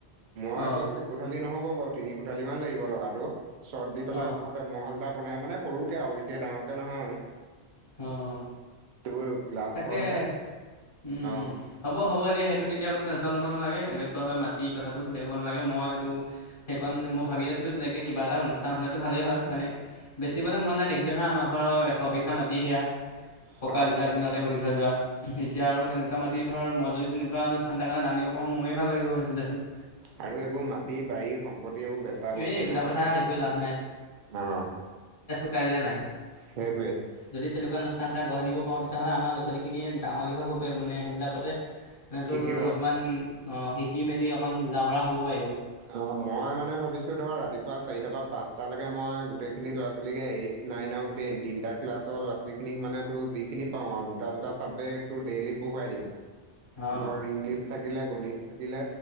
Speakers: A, on the right; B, on the left.
A: মই
B: অঁ
A: কৈছো একোঠালি নহ'ব বাৰু তিনি কোঠালি মান লাগিব লগা টো, চট দি পেলাই
B: অঁ
A: ওপৰত এম হল। টা বনাই মানে সৰুকে আৰু বিশেষ ডাঙৰকে নহয়
B: অঁ
A: তোৰ প্লছ
B: তাকে
A: কৰ হে অ
B: উম উম হ'ব হ'ব এতিয়া সেইটো তেতিয়া টেনশ্যন ল'ব নালাগে তই মাি কথাটো চিন্তা কৰিব নালাগে মই এইটো সেইকণ মই ভাবি আছিলোঁ তেনেকৈ কিবা এটা অনুষ্ঠান হলেতটো ভালেই হয় মানে বেচিবলৈ মন নাই দেখিছে নহয় আমাৰ ঘৰৰ এশ বিঘা মাট সেয়া পকাালতাৰ
A: হয় হয়
B: দিনতে ঘটি থৈ যোৱা এতিয়া আৰু তেনেকুৱা মাটি ধৰ মই যদি তেনেকুৱা অনুষ্ঠান এাৰ কাৰণেটান দিব পাৰো ময়ে ভাল লাগিব ধৈছোঁ দেচোন
A: আৰু এইবোৰ মাটি বাৰী সম্পত্তি এইবোৰ বেচা বস্তু
B: এই এইবিলাক
A: নহয়
B: কথা
A: এইবোৰ
B: হেৰি কৰি লাভ
A: অ
B: <inaudible> ান এা
A: সেইটোৱে
B: গঢ় দিব পাৰওঁ তেতিয়াহ'লে আমাৰ ল'ৰাোৱালীখিয় ডাঙৰীঘ হ মানে সেইবিলাকতে সিহতোৰ
A: শিকিব
B: অকমান অ শিকি মেলি অকমান বুজা মৰা হ'ব পাৰিব
A: অ মই মানে ভাবিছো ধৰ ৰাতিপুৱা চাৰিটাাৰ পৰা পাঁচটালৈকে মই গোটেই খিনি যোৱা ছোৱালীগে এই নাইন আৰু টেন তিনিটা ক্লাছৰ ল' ছোৱালিক মানে ত যিিনিাওঁ আৰু দুটা দুটা চাবেক্টেই
B: অ',
A: ধ ইলিছ থাকিলে গণিত থাকিলে